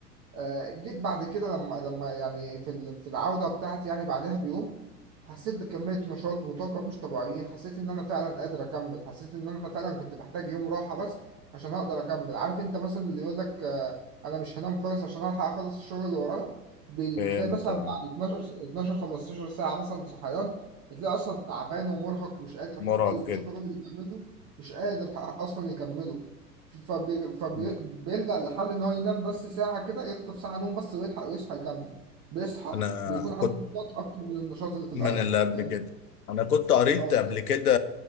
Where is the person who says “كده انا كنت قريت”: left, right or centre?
Left